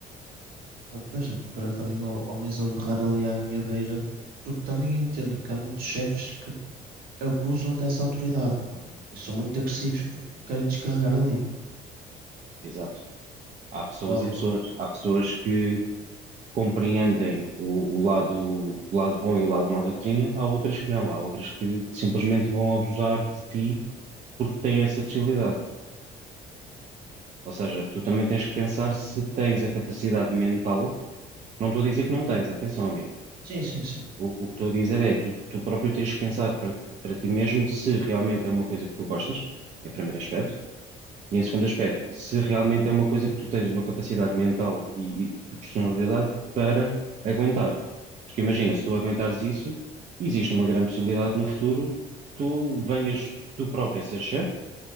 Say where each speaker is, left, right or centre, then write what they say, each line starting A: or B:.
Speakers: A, on the right (about 65°); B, on the right (about 45°).
A: Ah, pois é que se calhar também há homens a berrar ali à minha beira, porque também entendo que há muitos chefes que abusam dessa autoridade, pá, e são muito agressivos porque querem descarregar ali.
B: Exato. Há pessoas
A: Podem.
B: e pessoas. Há pessoas que compreendem o, o lado, o lado bom e o lado mau da cozinha, há outras que não. Há outras que simplesmente vão abusar de ti porque têm essa possibilidade. Ou seja, tu também tens que pensar se tens a capacidade mental. Não estou a dizer que não tens, atenção, amigo.
A: Sim, sim, sim.
B: O, o que estou a dizer é, tu, tu próprio tens que pensar para, para ti mesmo se realmente é uma coisa que tu gostas, em primeiro aspecto E em segundo aspecto, se realmente é uma coisa que tu tens uma capacidade mental e, e de personalidade para aguentar. Porque imagina, se tu aguentares isso, existe uma grande possibilidade que no futuro tu venhas tu próprio a ser chefe